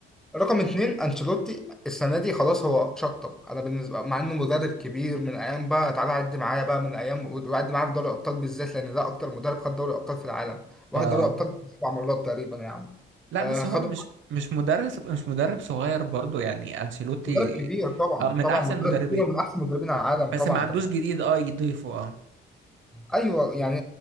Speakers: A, in the centre; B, on the right.
A: رقم اتنين أنشيلوتي السنة دي خلاص هو شطب أنا بالنسبة مع إنه مدرب كبير من أيام بقى تعالى عد معايا بقى من أيام وعد معايا في دوري الأبطال بالذات لأن ده أكتر مدرب خد دوري الأبطال في العالم واخد
B: اه
A: دوري الأبطال سبع مرات تقريبا يا عم
B: لا
A: آه،
B: بس
A: خد
B: هو مش مش مدرس مش مدرب صغير برضو يعني انشيلوتي
A: مدرب كبير طبعا
B: آه، من
A: طبعا
B: احسن
A: مدرب
B: مدربين
A: كبير ومن أحسن مدربين العالم
B: بس
A: طبعا
B: ما عندوش جديد اه يضيفه اه
A: ايوه يعني